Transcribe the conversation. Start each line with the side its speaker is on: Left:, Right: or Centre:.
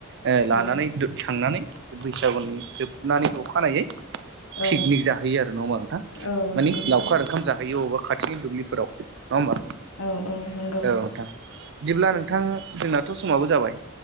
Right: ओ लानानै
Left: औ
Right: थांनानै बैसागुनि जोबनानै अखानायै पिकनिक
Left: औ
Right: जाहैयो आरो नङा होमबा ना नोंथां
Left: औ
Right: माने
Left: नंगौ नोंथां
Right: लावखार ओंखाम जाहयो अबा खाथिनि दुब्लिफोराव नङा होमबा
Left: औ औ नंगौ
Right: औ नोंथां बिदिब्ला नोंथां जोंनाथ' समाबो जाबाय